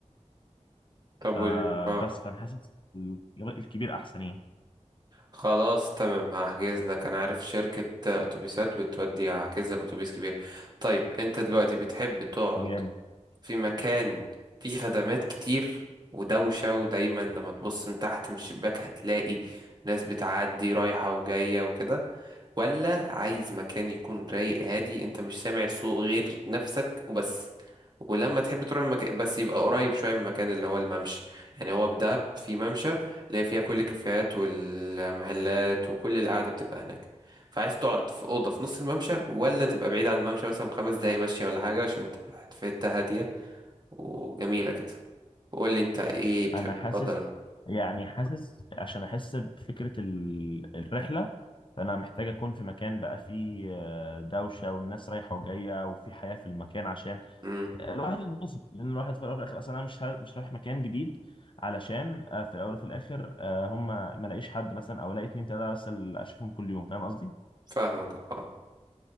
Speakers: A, on the right; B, on the left.
A: طب
B: فبس
A: وال... اه
B: فانا حاسس الجبل الكبير احسن يعني
A: خلاص تمام هحجز لك انا عارف شركة اتوبيسات بتودي هحجز لك اتوبيس كبير طيب انت دلوقتي بتحب تقعد
B: جامد
A: في مكان فيه خدمات كتير ودوشة ودايما لما تبص من تحت من الشباك هتلاقي ناس بتعدي رايحة وجاية وكده ولا عايز مكان يكون رايق هادي انت مش سامع صوت غير نفسك وبس ولما تحب تروح المكان بس يبقى قريب شوية من المكان اللي هو الممشى يعني هو في دهب في ممشى اللي فيها كل الكافيهات والمحلات وكل القعدة بتبقى هناك فعايز تقعد في أوضة في نص الممشى ولا تبقى بعيد عن الممشى مثلا خمس دقايق مشي ولا حاجة عشان تبقى في حتة هادية وجميلة كده وقول لي انت ايه بتحب
B: انا حاسس
A: تفضل
B: يعني حاسس عشان احس بفكره ال- الرحله فانا محتاج اكون في مكان بقى فيه آه، دوشه والناس رايحه وجايه وفي حياه في المكان عشان
A: امم
B: آه، الواحد يتبسط لان الواحد في الاول والاخر اصلا انا مش ه- مش رايح مكان جديد علشان آه، في الاول وفي الاخر آه، هم ما الاقيش حد مثلا او الاقي اتنين تلاته بس اللي اشوفهم كل يوم فاهم قصدي
A: فاهمك اه